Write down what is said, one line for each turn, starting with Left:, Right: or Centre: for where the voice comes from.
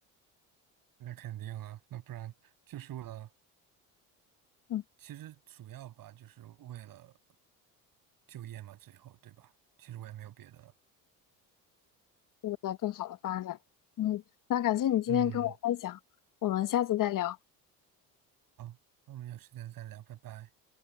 Right: 那肯定啊，那不然就是为了，
Left: 嗯，
Right: 其实主要吧，就是为了就业嘛，最后对吧？其实我也没有别的。
Left: 有了更好的发展。嗯，那感谢你今天跟我分享，
Right: 嗯，
Left: 我们下次再聊。
Right: 好，那我们有时间再聊，拜拜。